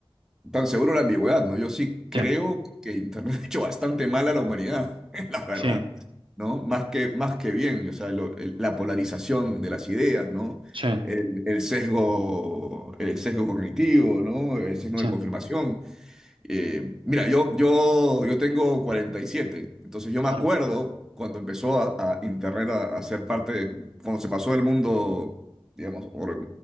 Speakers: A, in the centre; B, on the right.
A: tan seguro de la ambigüedad, ¿no? Yo sí creo
B: sí,
A: que Internet <laughs> ha hecho bastante mal a la humanidad, <laughs> la verdad,
B: sí.
A: ¿no? Más que, más que bien, o sea, lo- el- la polarización de las ideas, ¿no?
B: Sí,
A: El, el sesgo, el sesgo cognitivo, ¿no? El sesgo
B: sí,
A: de confirmación. Eh, mira, yo, yo, yo tengo 47. entonces yo me
B: claro.
A: acuerdo cuando empezó a, a Internet a, a ser parte, de- cuando se pasó del mundo, digamos, or-